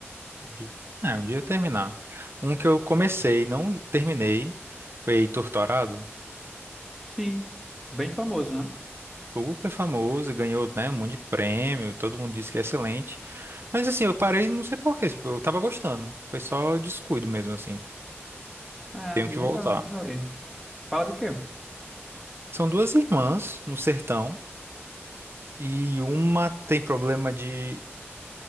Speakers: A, on the right; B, in the centre.
A: entendi. É, um dia terminar. Um que eu comecei, e não terminei, foi Heitor Torado.
B: Sim, bem famoso, né?
A: Super famoso, ganhou, né, um monte de prêmio, todo mundo disse que é excelente. Mas assim, eu parei, não sei por quê, tipo, eu tava gostando. Foi só descuido mesmo, assim.
B: É,
A: Tenho
B: nunca,
A: que voltar.
B: nunca li. Fala de quê?
A: São duas irmãs no sertão. E uma tem problema de